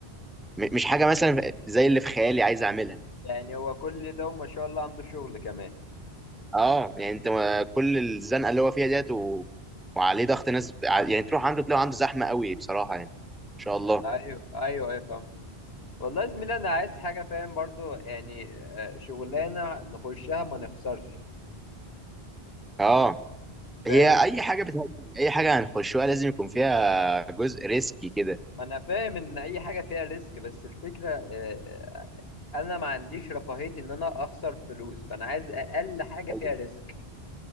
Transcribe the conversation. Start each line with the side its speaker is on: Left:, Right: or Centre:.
Centre: م- مش حاجه مثلا زي اللي في خيالي عايز اعملها
Left: يعني هو كل ده وما شاء الله عنده شغل كمان
Centre: اه يعني انت ما- كل الزنقه اللي هو فيها ديت و... وعليه ضغط ناس ب... ع- يعني تروح عنده تلاقيه عنده زحمه قوي بصراحه يعني ان شاء الله
Left: ايوه ايوه ايوه فهمت والله يا زميلي انا عايز حاجه فاهم برضو يعني آه، شغلانه نخشها ما نخسرش
Centre: اه
Left: فاهم
Centre: هي اي حاجه بتهدي اي حاجه هنخشها لازم يكون فيها جزء ريسكي كده
Left: ما انا فاهم ان اي حاجه فيها ريسك بس الفكره آه، انا ما عنديش رفاهيه ان انا اخسر فلوس فانا عايز اقل حاجه
Centre: ايوه
Left: فيها ريسك